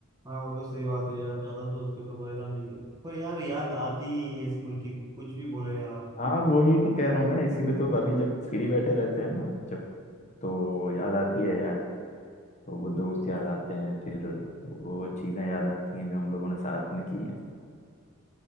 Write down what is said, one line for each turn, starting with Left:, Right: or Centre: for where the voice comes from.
Right: हाँ वो तो सही बात है यार ज्यादा सोच के तो फायदा नहीं है पर यार याद आती ही है स्कूल की कुछ भी बोलो यार आप
Left: हाँ वही तो कह रहा हूँ मैं इसीलिए तो अभी जब फ्री बैठे रहते हैं ना जब तो याद आती है यार तो वो दोस्त याद आते हैं फिर वो चीजें याद आती हैं जो हम लोगों ने साथ में की हैं